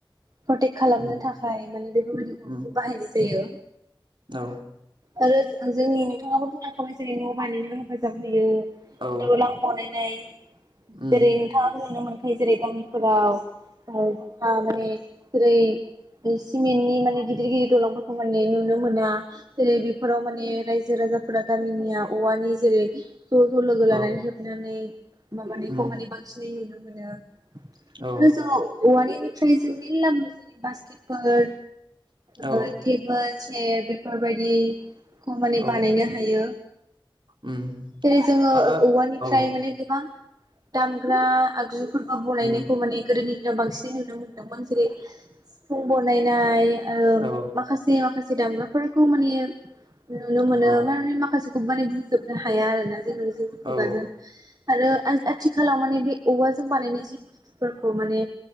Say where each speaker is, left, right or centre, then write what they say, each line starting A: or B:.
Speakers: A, on the right (about 45°); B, on the right (about 65°).
A: प्रटेक्ट खालामनो
B: उम
A: थाखाय माने बेफोरबायदि हौवाखौ
B: उम
A: बाहायनाय जायो
B: औ
A: आरो जो जोंनि <unintelligible> बानायनायाव हेफाजाब होयो।
B: औ
A: दलां बनायनाय
B: उम
A: जेरै नोंथाङा नुनो मोनो। नाथाय जेरै गामिफोराव औ <unintelligible> माने जेरै सिमेन्टनि माने गिदिर गिदिर दलंफोरखौ माने नुनो मोना। जेरै बेफोराव माने रायजो राजाफोरा गामिनिया औवानि जेरै ज' ज' लोगो लानानै
B: औ
A: हेबनानै माबानायखौ
B: उम
A: माने बांसिनै नुनो मोनो।
B: औ
A: आरो ज औवानि ट्राइजों मेल्ला जेरै बासकेटफोर
B: औ
A: ओ थेबोल ए बेफोरबायदि खमाइ
B: औ
A: बानायनो हायो।
B: उम
A: जेरै जोंङो
B: आरो
A: औवानिफ्राय
B: औ
A: माने गोबां दामग्रा आगजुफोर खौ बनायनायखौ
B: उम
A: माने गोदोनि ओ बांसिनै नुनो मोन्दोंमोन जेरै सिफुं बनायनाय आरो
B: औ
A: माखासे माखासे दामग्राफोरखौ माने नुनो मोनो
B: औ
A: माने माखासे बु माने बुंजोबनो हाया आरोना। जोंङो जों खुगाजों
B: औ
A: आरो आज आथिखालाव माने बे औवाजों बानायनाय जि बुस्थुफोरखौ माने